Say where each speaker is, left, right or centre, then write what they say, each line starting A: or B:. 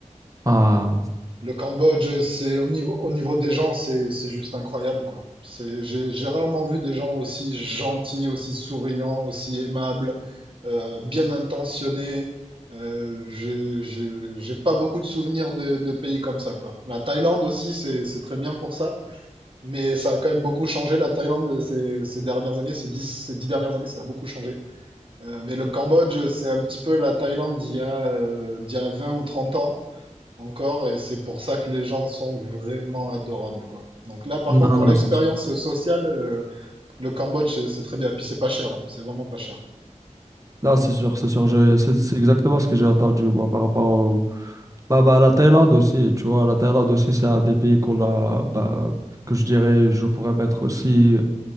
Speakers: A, on the right (about 25°); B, on the right (about 45°).
A: ah
B: Le Cambodge, c'est au niveau au niveau des gens, c'est c'est juste incroyable quoi. C'est j'ai j'ai rarement vu des gens aussi gentils, aussi souriants, aussi aimables, euh, bien intentionnés. Euh, j'ai j'ai j'ai pas beaucoup de souvenirs de, de pays comme ça quoi. La Thaïlande aussi, c'est c'est très bien pour ça, mais ça a quand même beaucoup changé la Thaïlande ces ces dernières années, ces dix ces dix dernières années, ça a beaucoup changé. Euh, mais le Cambodge, c'est un petit peu la Thaïlande d'il y a, euh, d'il y a 20 ou 30 ans encore, et c'est pour ça que les gens sont vraiment adorables, quoi. Donc là, par contre,
A: non
B: pour
A: non
B: l'expérience
A: c'est sûr
B: sociale, euh, le Cambodge, c'est c'est très bien. Et puis c'est pas cher, hein. C'est vraiment pas cher.
A: non c'est sûr c'est sûr je- c'est c'est exactement ce que j'ai entendu moi, par rapport au bah, bah la Thaïlande aussi tu vois la Thaïlande aussi c'est un des pays qu'on a bah, que je dirais je pourrais mettre aussi